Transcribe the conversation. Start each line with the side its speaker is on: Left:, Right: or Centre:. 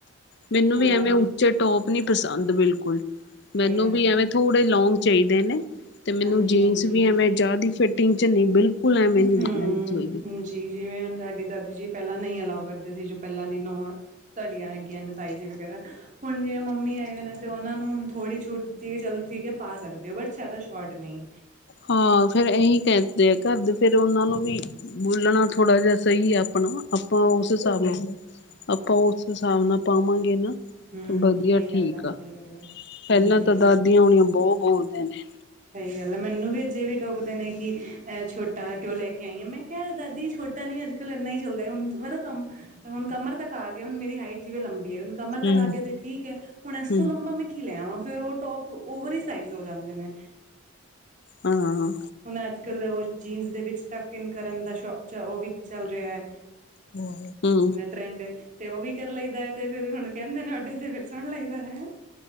Left: ਮੈਨੂੰ
Right: ਹਾਂ
Left: ਵੀ ਐਵੇਂ ਉੱਚੇ ਟੋਪ ਨੀ ਪਸੰਦ ਬਿਲਕੁਲ
Right: ਸਹੀ
Left: ਮੈਨੂੰ
Right: ਗੱਲ
Left: ਵੀ
Right: ਹੈ
Left: ਐਵੇਂ ਥੋੜੇ ਲੋਂਗ ਚਾਹੀਦੇ ਨੇ। ਤੇ ਮੈਨੂੰ
Right: ਹਾਂਜੀ-ਹਾਂਜੀ।
Left: ਜੀਨਸ ਵੀ ਐਵੇਂ ਜੇਦੀ ਫਿਟਿੰਗ ਚ ਨਹੀਂ ਬਿਲਕੁਲ ਐਵੇਂ ਨਹੀ
Right: ਹੂੰ
Left: ਚਾਹੀਦੀ।
Right: ਜੀ ਜਿਵੇਂ ਹੁਣ ਸਾਡੀ ਦਾਦੀ ਜੀ ਪੈਲਾਂ ਨਈਂ ਅਲਾਓ ਕਰਦੇ ਸੀ ਜੋ ਪੈਲਾਂ ਦੀ ਨੋਵਾਂ ਧੜੀਆਂ ਹੈਗੀਆਂ ਨੇ ਤਾਈ ਜੀ ਵਗੈਰਾ, ਹੁਣ ਜਿਂ ਮੰਮੀ ਹੈਗੇ ਨੇ ਤੇ ਓਨਾਂ ਨੂੰ ਹੁਣ ਥੋੜ੍ਹੀ ਛੂਟ ਦੇਤੀ ਕਿ ਠੀਕਐ ਪਾ ਸਕਦੇ ਓ ਬਟ, ਜਾਦਾ ਸ਼ੋਰਟ ਨਈਂ।
Left: ਹਾਂ, ਫੇਰ ਏਹੀ ਕੈਂਦੇ ਆ ਘਰ ਦੇ ਫੇਰ ਓਨਾਂ ਨੂੰ ਵੀ ਬੋਲਣਾ ਥੋੜਾ ਜੇਆ ਸਈ ਐ, ਆਪਣਾ ਆਪਾਂ ਓਸ ਹਿਸਾਬ ਨਾਲ ਆਪਾਂ ਓਸ ਹਿਸਾਬ ਨਾਲ ਪਾਵਾਂਗੇ ਨਾ।
Right: ਹੂੰ
Left: ਵਧੀਆ
Right: ਸਹੀ
Left: ਠੀਕ
Right: ਗੱਲ
Left: ਆ, ਪਪੈਲਾਂ
Right: ਸਹੀ ਗੱਲ ਆ ਹਾਂਜੀ
Left: ਤਾਂ ਦਾਦੀਆਂ ਹੋਣੀਆਂ ਬਹੁਤ ਬੋਲਦੇ ਨੇ।
Right: ਸਈਂ ਗੱਲ ਐ, ਮੈਨੂੰ ਵੀ ਅਜੇ ਵੀ ਟੋਕਦੇ ਨੇ ਕਿ ਅ ਛੋਟਾ ਕਯੋ ਲੈ ਕੇ ਲੈ ਕੇ ਆਈ ਏ, ਮੈਂ ਕੇਆ ਦਾਦੀ ਛੋਟਾ ਨੀ ਅੱਜ-ਕੱਲ ਇੰਨਾ ਹੀ ਚਲਦਾ ਹੁਣ। ਮਰ ਕਮ ਹੁਣ ਕਮਰ ਤੱਕ ਆ ਗਯਾ ਹੁਣ, ਮੇਰੀ ਹਾਈਟ ਜਿਵੇਂ ਲੰਬੀ ਐ - ਕਮਰ ਤੱਕ
Left: ਹਮ
Right: ਆ ਗਿਆ ਤੇ ਠੀਕੈ ਹੁਣ, ਇਸ
Left: ਹਮ
Right: ਤੋਂ ਲੰਬਾ ਮੈਂ ਕੀ ਲੈ ਵਾਂ ਫੇਰ ਓ ਟੋਪ ਓਵਰ ਈਂ ਸਾਈਜ ਹੋ ਜਾਂਦੇ ਨੇ।
Left: ਹਾਂ।
Right: ਹੁਣ ਅੱਜ-ਕੱਲ ਓ ਜੀਨਸ ਦੇ ਵਿੱਚ ਟੱਕ-ਇਨ ਕਰਨ ਦਾ ਸ਼ੋ ਓ ਵੀ ਚੱਲ ਰਰੇਯਾ।
Left: ਹੂੰ।
Right: ਟਰੈਂਡ ਐ ਤੇ ਓ ਵੀ ਕਰ ਲਈ ਦੈ ਤੇ ਫੇਰ ਹੁਣ ਕੈਂਦੇ ਨੇ ਡੇ ਤੇ ਫੇਰ ਸੁਣ ਲੈਂਦੈ।